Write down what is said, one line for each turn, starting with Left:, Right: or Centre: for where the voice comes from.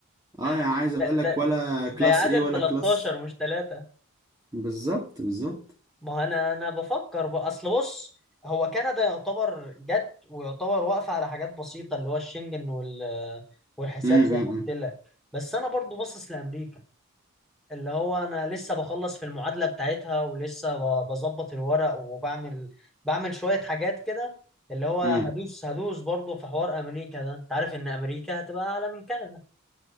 Right: اه يعني
Centre: <laughs>
Right: عايز أقول
Centre: ده ده
Right: لك ولا
Centre: ده
Right: كلاس
Centre: يعادل
Right: A ولا
Centre: 13
Right: كلاس
Centre: مش تلاتة
Right: بالظبط بالظبط
Centre: ما هو أنا أنا بفكر بقى أصل بص هو كندا يعتبر جت ويعتبر واقفة على حاجات بسيطة اللي هو الشنجن وال والحساب
Right: امم
Centre: زي ما قلت لك بس أنا برضو باصص لأمريكا اللي هو انا لسه بخلص في المعادله بتاعتها ولسه ب- بظبط الورق وبعمل بعمل شويه حاجات كده اللي هو هدوس
Right: امم
Centre: هدوس برضه في حوار امريكا ده انت عارف ان امريكا هتبقى اعلى من كندا